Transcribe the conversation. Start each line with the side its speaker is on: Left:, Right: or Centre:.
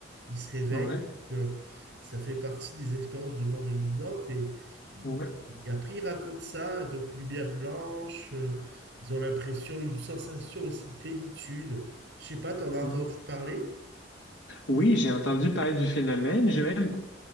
Right: Ils se réveillent,
Left: Ouais.
Right: que ça fait partie des expériences de mort imminente, et ils-
Left: Ouais.
Right: ils- après, ils racontent ça, donc lumière blanche, euh, ils ont l'impression, une sensation aussi de plénitude. Je sais pas, t'en as
Left: Mhm.
Right: entendu parler?
Left: Oui, j'ai entendu parler du phénomène. J'ai même